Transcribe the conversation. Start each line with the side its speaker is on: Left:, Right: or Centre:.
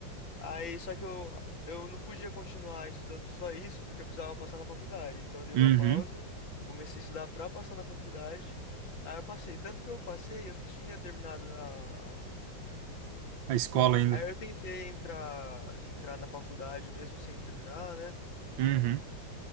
Left: Aí só que eu, eu não podia continuar estudando só isso, porque eu precisava passar na faculdade. Então eu dei
Right: uhum.
Left: uma pausa, comecei a estudar para passar na faculdade. Aí eu passei. Tanto que eu passei, eu não tinha terminado na
Right: A escola ainda.
Left: Aí eu tentei entrar, entrar na faculdade mesmo sem terminar, né?
Right: Uhum,